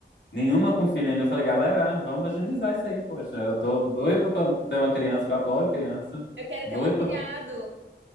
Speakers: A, on the left (about 70°); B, on the right (about 80°).
A: nenhuma com filho ainda. Eu falei, galera, vamos agilizar isso aí, poxa. Eu tô doido pra ter uma criança, que eu adoro criança.
B: Eu quero
A: Doido
B: ter um afilhado.
A: pra